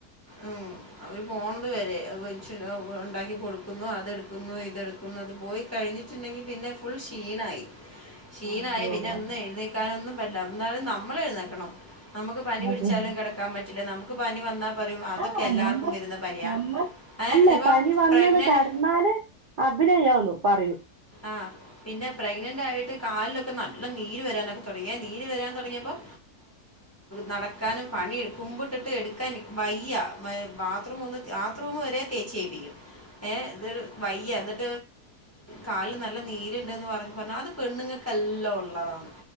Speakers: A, on the left; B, on the right.
A: ഉ അവര് പോണ്ട വരെ ഉണ്ടാക്കി കൊടുക്കുന്നു അതെടുക്കുന്നു ഇതെടുക്കുന്നു അത് പോയി കഴിഞ്ഞിട്ടുണ്ടെങ്കിൽ പിന്നെ ഫുൾ ഷീണായി ക്ഷീണായി
B: അതെ
A: പിന്നെ
B: അതെ
A: ഒന്നും
B: അതെ
A: എഴുന്നേക്കാനൊന്നും പറ്റില്ല എന്നാലും നമ്മൾ എഴുന്നേക്കണം നമുക്ക് പനി പിടിച്ചാലും
B: അതെ
A: കിടക്കാൻ പറ്റില്ല നമുക്ക് പനി വന്നാ പറയും അതൊക്കെ
B: ആഹ്
A: എല്ലാവർക്കും
B: നമ്മ
A: വരുന്ന പനിയാണ്
B: നമ്മ
A: ഏഹ്
B: അല്ല
A: ഇപ്പോൾ
B: പനി വന്നന്ന്
A: പ്രഗ്നൻ്റ്
B: കടന്നാല് അഭിനയന്നു പറൂ
A: ആ പിന്നെ പ്രെഗ്നന്റ് ആയിട്ട് കാലിലൊക്കെ നല്ല നീര് വരാനൊക്കെ തുടങ്ങിയാൽ നീര് വരാൻ തുടങ്ങിയപ്പോൾ നടക്കാനും പണി കുമ്പിട്ടിട്ട് എടുക്കാൻ വയ്യ ബാത്റൂം ഒന്ന് ബാത്റൂം വരെ തേച്ചേപ്പിക്കുംഏ ഇതൊരു വയ്യ എന്നിട്ട കല് നല്ല നീരുണ്ടന്ന് പറഞ്ഞഞ് പറഞ്ഞ അത് പെണ്ണുങ്ങൾക്കെല്ലാം ഉള്ളതാണ്